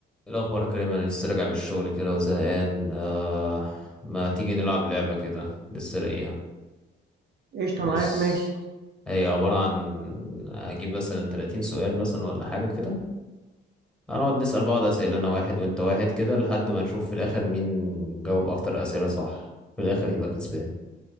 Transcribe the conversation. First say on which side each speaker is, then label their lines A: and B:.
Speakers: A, in the centre; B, on the right (about 55°).
A: إيه الأخبار يا كريم أنا لسه راجع من الشغل كده وزهقان آه ما تيجي نلعب لعبة كده لسه لاقيها
B: قشطة
A: بص
B: معاك ماشي
A: هي عبارة عن أجيب مثلا 30 سؤال مثلا ولا حاجة كده هنقعد نسأل بعض أسئلة أنا واحد وأنت واحد كده لحد ما نشوف في الآخر مين جاوب أكتر أسئلة صح في الآخر يبقى كسبان